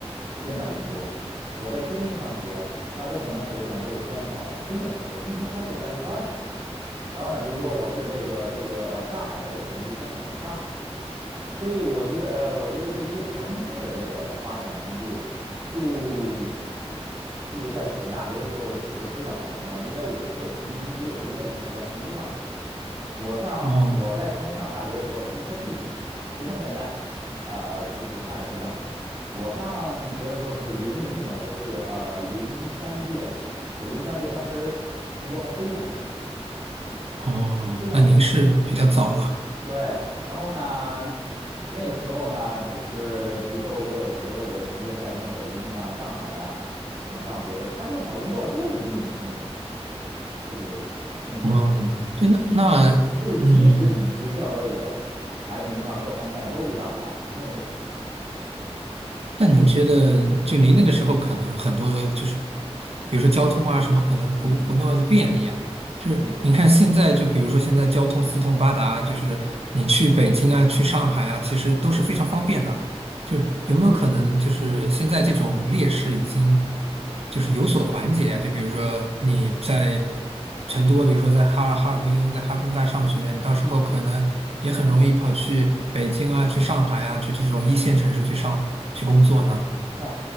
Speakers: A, on the right; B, on the right.
A: 先找工作；我在天津上学，那我可能首选就是先找天津的工作，毕竟它就是在一块儿的嘛。然后呢，比如说我是这个这个呃上海的，我肯定就先找上海的。所以我觉得，呃，我觉得这一个城市的这个发展的程度就，就是在选大学的时候是非常非常重要。因为我是有亲身经历的，因为我是在成都上大学，我上我在成都上大学的时候，
B: 哦
A: 成都还不行，不像现在，呃，就是发展非常好。我上学的时候是零零年，我是呃零三届的，我是零三届，当时成都还非常非常穷，
B: 哦，
A: 非常穷。
B: 那您是比较早了
A: 对，然后呢，那个时候呢，就是比如说我有我有我的同学在什么北京啊、上海呀啊，上学的，他就是找工作就是比你的程度就是轻松，
B: 哦，对，那那嗯。
A: 即就是即使你学校这个排名啊各方面都比他好，没有用。
B: 但您觉得，就您那个时候可能很多就是，比如说交通啊什么，可能不不那么的便利啊。
A: 嗯嗯
B: 就是您看现在，
A: 嗯嗯
B: 就比如说现在交通四通八达，就是你去北京啊、去上海啊，
A: 嗯
B: 其实都是非常方便的。就是有没有可能，
A: 嗯
B: 就是现在这种劣势已经就是有所缓解啊？就比如说你在成都，比如说在哈尔哈尔滨，在哈工大上学，你到时候可能也很容易跑去北京啊，
A: 嗯。
B: 去上海啊，去这种一线城市去上去工作呢？
A: 那、啊